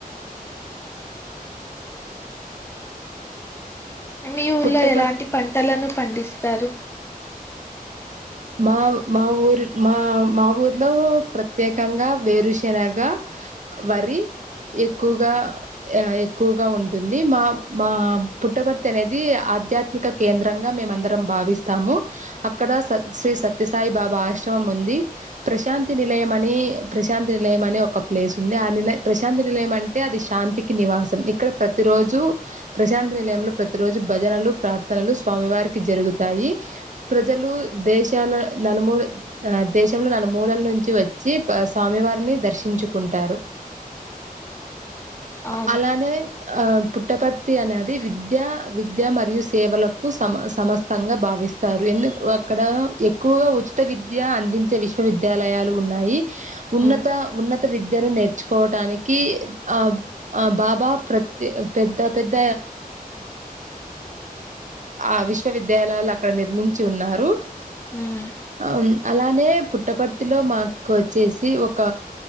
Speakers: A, on the left; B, on the right.
A: మీ ఊళ్లో
B: పుట్టపర్తి
A: ఎలాంటి పంటలను పండిస్తారు
B: మా మా ఊరు మా మా ఊర్లో ప్రత్యేకంగా వేరుశనగ వరి ఎక్కువగా ఎక్కువగా ఉంటుంది. మా మా పుట్టపర్తి అనేది ఆధ్యాత్మిక కేంద్రంగా మేమందరం భావిస్తాము. అక్కడ శ్రీ సత్యసాయి బాబా ఆశ్రమం ఉంది. ప్రశాంతి నిలయం అని ప్రశాంతి నిలయం అనే ఒక ప్లేస్ ఉంది. ఆ నిల ప్రశాంతి నిలయం అంటే అది శాంతికి నివాసం ఇక్కడ ప్రతి రోజు ప్రశాంతి నిలయంలో ప్రతి రోజు భజనలు ప్రార్థనలు స్వామివారికి జరుగుతాయి. ప్రజలు దేశాల నలుమూ ఆ దేశంలో నలుమూలల నుంచి వచ్చి స్వామివారిని దర్శించుకుంటారు.
A: అవును
B: అలానే ఆ పుట్టపర్తి అనేది విద్య విద్య మరియు సేవలకు సమ సమస్తంగా భావిస్తారు. ఎందుకు అక్కడ ఎక్కువగా ఉచిత విద్య అందించే విశ్వవిద్యాలయాలు ఉన్నాయి. ఉన్నత
A: ఉమ్,
B: ఉన్నత విద్యను నేర్చుకోవటానికి ఆ ఆ బాబా ప్రతి పెద్ద, పెద్ద ఆ విశ్వవిద్యాలయాలు అక్కడ నిర్మించి ఉన్నారు.
A: ఉమ్,
B: అ అలానే పుట్టపర్తిలో మాకు వచ్చేసి ఒక